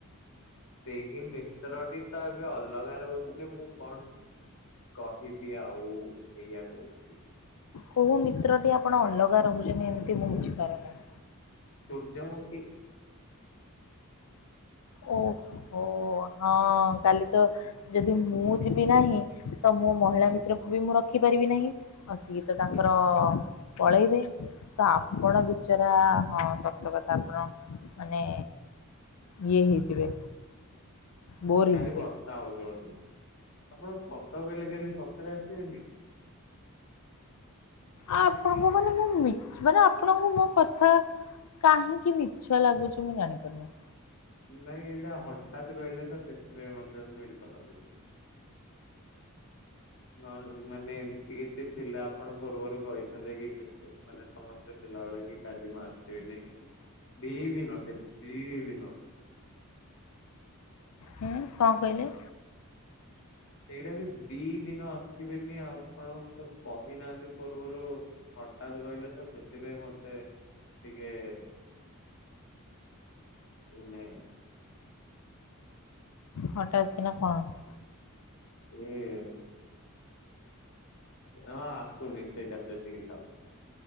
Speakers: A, on the left; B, on the left.
A: ସେଇକି ମିତ୍ରଟି ତ ଏବେ ଅଲଗା ରହୁଛନ୍ତି ମୁଁ କଣ କହିବି ଆଉ ସେଇଆ କହୁଚି।
B: କୋଉ ମିତ୍ରଟି ଆପଣ ଅଲଗା ରହୁଚନ୍ତି ଏମିତି ମୁଁ ବୁଝିପାରୁନାହିଁ।
A: ସର୍ଯ୍ୟମୁଖି।
B: ଓ ହୋ ହଁ କାଲି ତ ଯଦି ମୁଁ ଯିବି ନାହିଁ ତ ମୋ ମହିଳା ମିତ୍ରକୁ ବି ମୁଁ ରଖିପାରିବି ନାହିଁ। ଆଉ ସିଏ ତ ତାଙ୍କର ପଳେଇବେ। ତ ଆପଣ ବିଚରା ହଁ ସତ କଥା ଆପଣ ମାନେ ଇଏ ହେଇଯିବେ। ବୋର୍
A: କାଲି
B: ହେଇଯିବେ
A: ବର୍ଷା ହଉଥିବ ତ, ଆପଣ ସତ କହଲେ କାଲି ସତରେ ଆସିବେନି?
B: ଆପଣଙ୍କୁ ମାନେ ମୁଁ ମି ମାନେ ଆପଣଙ୍କୁ ମୋ କଥା କାହିଁକି ମିଛ ଲାଗୁଚି ମୁଁ ଜାଣିପାରୁନି।
A: ନାଇଁ ଏଇଟା ହଠାତ କହିଲେ ତ ସେଥିପାଇଁ ମତେ ମିଠ ଲାଗୁଚି। ନ ମାନେ ଏମତି କିଛି ଥିଲା ଆପଣ ପୂର୍ବରୁ କହିଥାନ୍ତେ କି ମାନେ ସମସ୍ତେ ଥିଲାବେଳେ କି କାଲି ମ ସିନଦି ଦିନ ସେଟା ଦି ଦିନ।
B: ହୁଁ କଣ କହିଲେ?
A: ସେଇଟା ବି ଦି ଦିନ ଆସିବେନି ଆପଣ ତ କହିନାହାନ୍ତି ପୂର୍ବରୁ। ହଠାତ୍ କହିଲେ ତ ସେଥିପାଇଁ ମତେ ଟିକେ ମନେ
B: ହଠାତ୍ କି ନା କଣ?
A: ହୁ। ହଁ ହଁ ଆସୁନି ସେଇଟା ସେତିକି ଥାଉ।